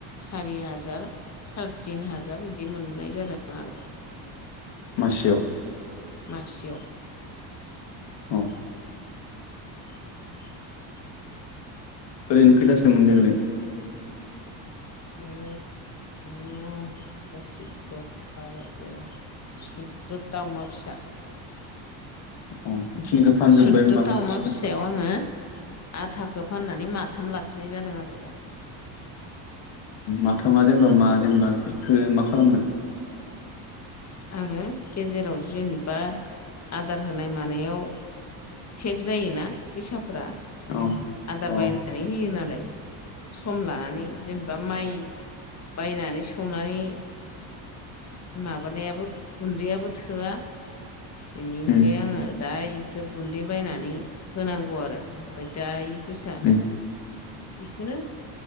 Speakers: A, on the left (about 30°); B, on the left (about 60°).
A: सारि हाजार सार तिन हाजार बिदि मोननाय जादों आरो
B: मासेयाव
A: मासेयाव
B: औ
A: <inaudible>
B: ओरैनो खैथासो मोन्देरनाय
A: ए न दस ग्यार बार थजर सुदद सुद ता अमा फिसा
B: अ बेखिनिखौ फानजोब्बाय
A: सुददथा
B: होमबा गासिबो
A: अमा फिसायाव आङो आधाखौ फाननानै माथाम लाखिनाय जादों आरो दा
B: माथामा जेनेबा मा जेनेबा बेखौ मा खालामगोन
A: आङो गेजेराव जेनेबा आदार होनाय मानायाव थेक जायोना फैसाफोरा
B: औ उम
A: आदार
B: उम
A: बायनानै होयो नालाय सम लानानै जेनेबा माइ बायनानै सौनानै माबानायाबो गुन्दैयाबो थोआ बेनिफ्राय
B: उम
A: आङो दा इखौ गुन्दै बायनानै होनांगौ आरो ओमफ्राय दा इ फैसा
B: उम
A: बेखौनो